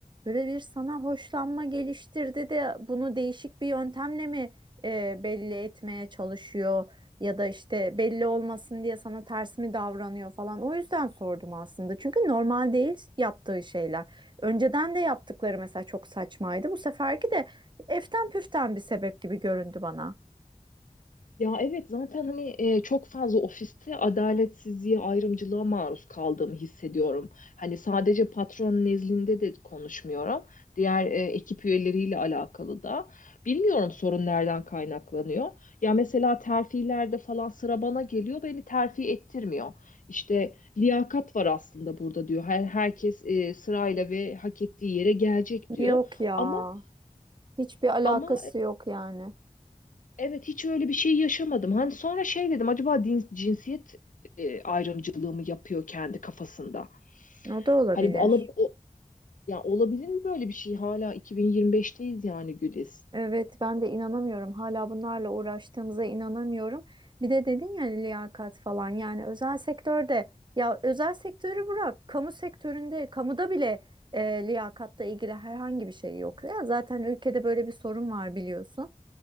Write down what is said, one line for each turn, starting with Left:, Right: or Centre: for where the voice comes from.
Right: böyle bir sana hoşlanma geliştirdi de bunu değişik bir yöntemle mi e, belli etmeye çalışıyor ya da işte belli olmasın diye sana ters mi davranıyor falan. O yüzden sordum aslında. Çünkü normal değil yaptığı şeyler. Önceden de yaptıkları mesela çok saçmaydı. Bu seferki de eften püften bir sebep gibi göründü bana.
Left: Ya evet zaten hani e, çok fazla ofiste adaletsizliğe, ayrımcılığa maruz kaldığımı hissediyorum. Hani sadece patron nezdinde de konuşmuyorum. Diğer e, ekip üyeleriyle alakalı da. Bilmiyorum sorun nereden kaynaklanıyor. Ya mesela terfilerde falan sıra bana geliyor, beni terfi ettirmiyor. İşte liyakat var aslında burada diyor. Her, herkes e, sırayla ve hak ettiği yere gelecek diyor.
Right: Yok ya.
Left: Ama
Right: Hiçbir alakası
Left: ama
Right: yok yani.
Left: Evet hiç öyle bir şey yaşamadım. Hani sonra şey dedim acaba din- cinsiyet e, ayrımcılığı mı yapıyor kendi kafasında?
Right: O da olabilir.
Left: Hani bu ala- o, yani olabilir mi böyle bir şey? Hala 2025'teyiz yani Güliz.
Right: Evet ben de inanamıyorum. Hala bunlarla uğraştığımıza inanamıyorum. Bir de dedin ya liyakat falan yani özel sektörde ya özel sektörü bırak. Kamu sektöründe, kamuda bile e, liyakatla ilgili herhangi bir şey yok. Ya zaten ülkede böyle bir sorun var biliyorsun.